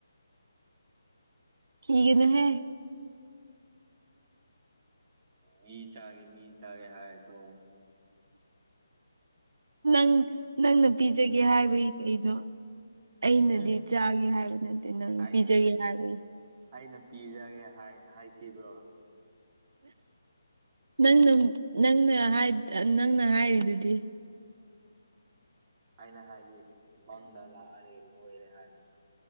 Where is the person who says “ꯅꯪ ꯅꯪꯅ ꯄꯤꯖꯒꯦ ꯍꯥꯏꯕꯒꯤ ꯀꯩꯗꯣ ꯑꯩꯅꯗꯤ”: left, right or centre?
Right